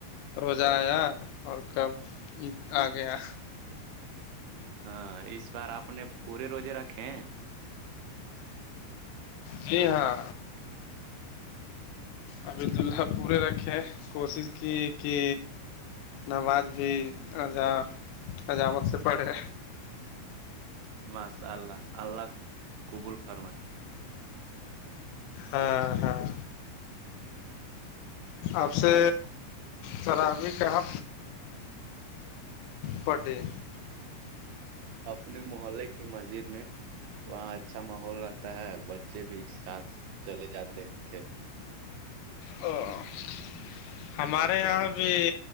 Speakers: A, on the left (about 85°); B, on the right (about 80°).
A: روزہ آیا اور کب عید آ گیا
B: ہاں اس بار آپ نے پورے روزے رکھے ہیں
A: جی ہاں عبید اللہ پورے رکھے کوشش کی کہ نماز بھیا عجامت سے پڑھے
B: مس اللہ اللہ قبول فرمائے
A: ہاں ہاں آپ سے سرامی کہاں بڈے
B: اپنے محلے کی مسجد میں وہاں اچھا ماحول رہتا ہے بچے بھی ساتھ چلے جاتے تھے
A: ا <unintelligible> ہمارے یہاں بھی